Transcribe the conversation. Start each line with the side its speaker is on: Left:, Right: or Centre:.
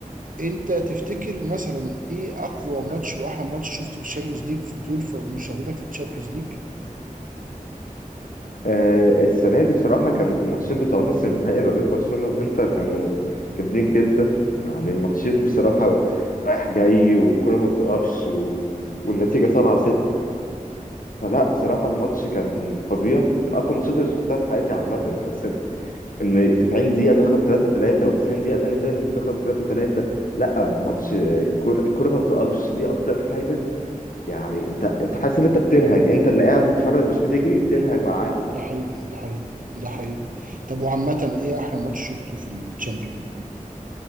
Right: انت تفتكر مثلا ايه اقوى ماتش واحلى ماتش شفته في الشامبيونز ليج في طول في- مشاهدتك للشامبيونز ليج؟
Left: آه، السنة دي بصراحة كان الماتشين بتوع نص النهائي ما بين برشلونة وإنتر كانوا جامدين جدا يعني الماتشين بصراحة رايح جاي والكرة ما بتقفش و... والنتيجة سبعة ستة فلا بصراحة الماتش كان فظيع من أقوى الماتشات اللي شفتها في حياتي عامة أصلا إن 90 دقيقة تخلص 3 3 و90 دقيقة تاني تاني تخلص 3 3 لا الماتش الكرة الكرة ما بتقفش دي أكتر حاجة يعني أنت أنت حاسس إن أنت بتنهج أنت اللي قاعد بتتفرج مش بتجري بتنهج معاهم
Right: ده حقيقي ده حقيقي ده حقيقي طب وعامة ايه احلى ماتش شفته في الشامبيون؟